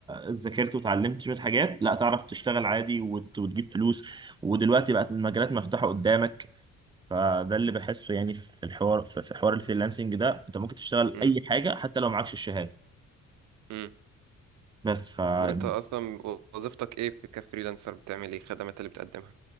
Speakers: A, on the right; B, on the right.
A: ذاكرت وتعلمت شويه حاجات لا تعرف تشتغل عادي وت- وتجيب فلوس ودلوقتي بقت المجالات مفتوحه قدامك فده اللي بحسه يعني في الحوار في في حوار الفريلانسنج ده انت ممكن تشتغل
B: مم.
A: اي حاجه حتى لو معكش الشهاده
B: مم.
A: بس فانا
B: طب وانت اصلا وظيفتك ايه في كفريلانسر بتعمل ايه الخدمات اللي بتقدمها